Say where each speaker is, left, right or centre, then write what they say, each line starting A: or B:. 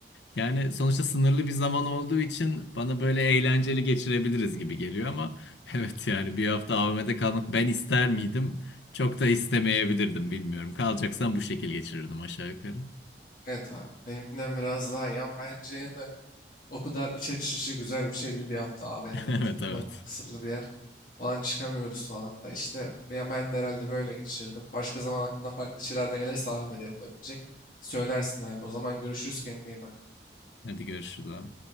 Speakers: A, on the left; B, on the left.
A: Yani sonuçta sınırlı bir zaman olduğu için bana böyle eğlenceli geçirebiliriz gibi geliyor ama <laughs> evet yani bir hafta AVM'de kalmak ben ister miydim? Çok da istemeyebilirdim bilmiyorum. Kalacaksan bu şekil geçirirdim aşağı yukarı.
B: Evet abi. Benimkinden biraz daha iyi ama bence yine de o kadar iç açıcı güzel bir şey değil bir hafta AVM'de
A: <laughs> Evet
B: takılmak
A: evet.
B: kısıtlı bir yer. falan çıkamıyoruz falan da. İşte ben, ben de herhalde böyle geçirdim. Başka zaman aklına farklı şeyler de gelirse AVM'de yapılabilecek. Söylersin abi. O zaman görüşürüz kendine iyi bak.
A: Hadi görüşürüz abi.